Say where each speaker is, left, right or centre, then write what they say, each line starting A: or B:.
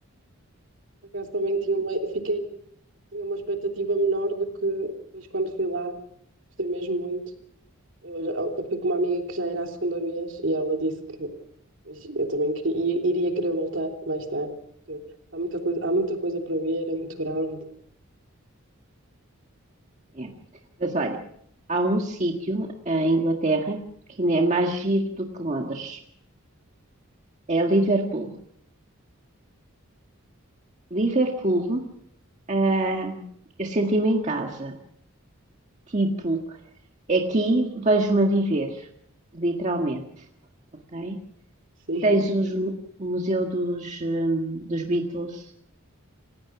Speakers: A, on the right (about 60°); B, on the right (about 35°).
A: Por acaso também tinha uma, fiquei, tinha uma expectativa menor do que depois quando fui lá. Gostei mesmo muito. Eu, já- eu fui com uma amiga que já era a segunda vez e ela disse que eu também queria, ia- iria querer voltar mais tarde, porque há muita coisa, há muita coisa para ver, é muito grande.
B: É. Mas olha, há um sítio ah, em Inglaterra que ainda é mais giro do que Londres. É Liverpool. Liverpool, ah, eu senti-me em casa. Tipo, aqui vejo-me a viver, literalmente. Ok?
A: <laughs> Sim.
B: Tens os, o Museu dos, hum, dos Beatles,